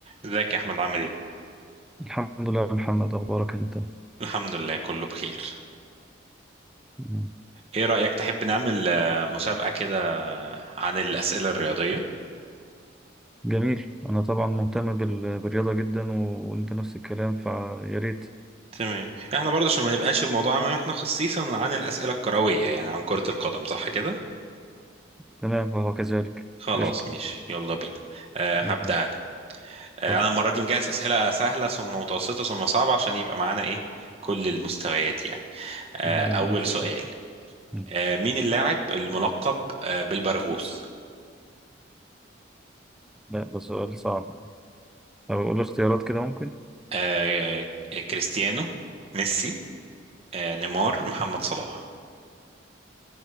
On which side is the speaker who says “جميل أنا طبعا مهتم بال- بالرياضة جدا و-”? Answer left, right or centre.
Centre